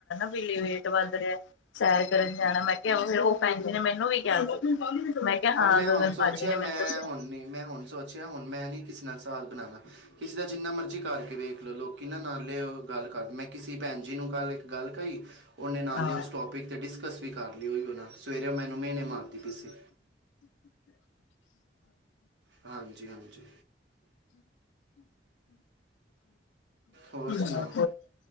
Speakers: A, on the left; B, on the right.
A: ਵੀਲੇ ਵੇਟ ਵੱਧ ਰਿਆ। ਸੈਰ ਕਰਨ ਜਾਣਾ ਮੈਂ ਕਿਹਾ ਫਿਰ ਉਹ ਭੈਣ ਜੀ ਨੇ ਮੈਨੂੰ ਵੀ ਕਿਹਾ ਮੈਂ ਕਿਹਾ ਹਾਂ
B: ਪਰ ਮੈਂ
A: ਗਗਨ
B: ਹੁਣ ਸੋਚਿਆ
A: ਭਾਜੀ ਨੇ ਮੈਨੂੰ
B: ਮੈਂ
A: ਦੱਸਿਆ।
B: ਹੁਣ ਨੀ ਮੈਂ ਹੁਣ ਸੋਚਿਆ ਹੁਣ ਮੈਂ ਨੀ ਕਿਸੇ ਨਾਲ ਸਾਥ ਬਣਾਣਾ ਕਿਸੇ ਦਾ ਜਿੰਨਾ ਮਰਜ਼ੀ ਕਰਕੇ ਵੇਖ ਲੋਕੀ ਨਾ ਨਾਲੇ ਉਹ ਗੱਲ ਕਰ ਮੈਂ ਕਿਸੇ ਭੈਣ ਜੀ ਨੂੰ ਕੱਲ ਇੱਕ ਗੱਲ ਕਈ ਉਹਨੇ ਨਾਲੇ
A: ਹਾਂ।
B: ਉਹ ਸਟੋਪ ਤੇ ਡਿਸਕਸ ਵੀ ਕਰ ਲਈ ਹੋਈ ਉਹ ਨਾ ਸਵੇਰੇ ਮੈਨੂੰ ਮੇਨੇ ਮਾਰਦੀ ਪਈ ਸੀ। ਹਾਂਜੀ ਹਾਂਜੀ, ਹੋਰ
A: <inaudible> ਐਸਾ
B: ਸੁਣਾਓ